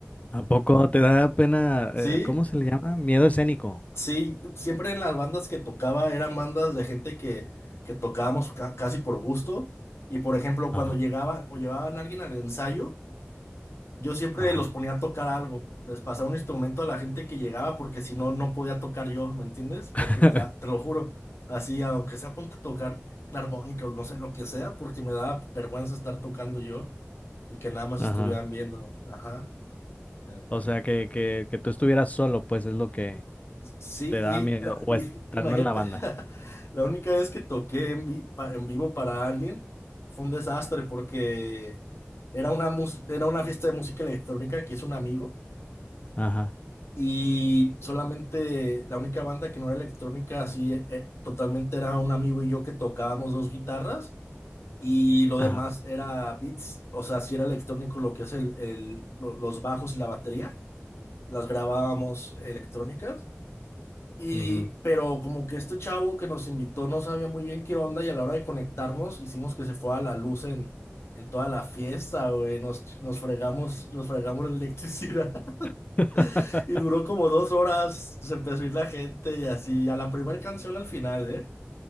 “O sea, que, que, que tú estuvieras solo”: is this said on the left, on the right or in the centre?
Left